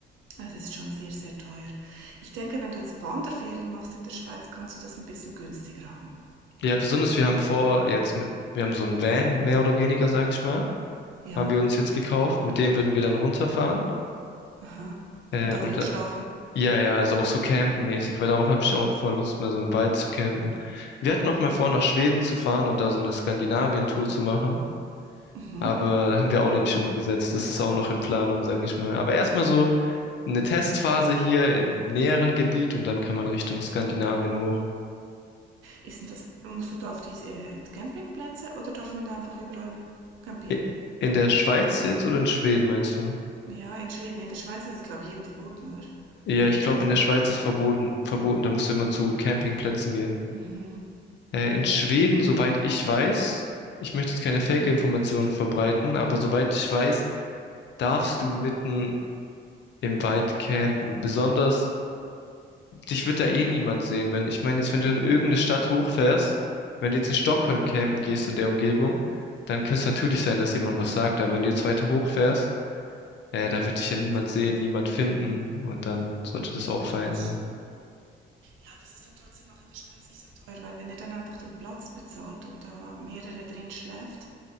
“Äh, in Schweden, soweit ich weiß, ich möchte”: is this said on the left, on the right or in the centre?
Left